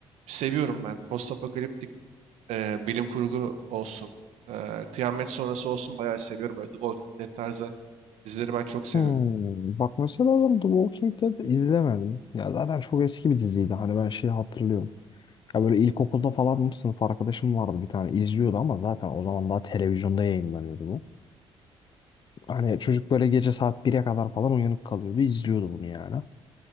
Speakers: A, on the right; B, on the left.
A: seviyorum ben. Postapokaliptik e, bilim kurgu olsun, e, kıyamet sonrası olsun bayağı seviyorum. böyle The Walking Dead tarzı dizileri ben çok seviyorum.
B: Hmm, Bak mesela ben The Walking Dead'i izlemedim. Ya zaten çok eski bir diziydi. Hani ben şeyi hatırlıyorum. Ya böyle ilkokulda falan mı sınıf arkadaşım vardı bir tane izliyordu ama zaten o zaman daha televizyonda yayınlanıyordu bu. Hani çocuk böyle gece saat 1'e kadar falan uyanık kalıyordu izliyordu bunu yani.